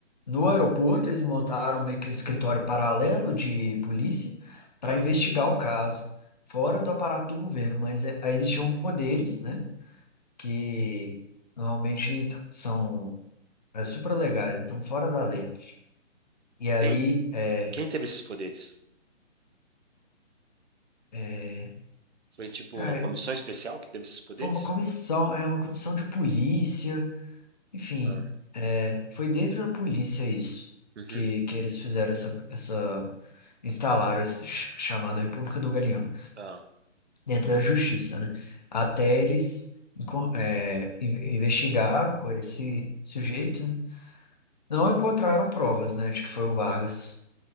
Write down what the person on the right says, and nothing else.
ah.
Quem,
quem teve esses poderes?
Foi tipo
uma comissão especial que teve esses poderes?
Ah.
Uhum.
Ah.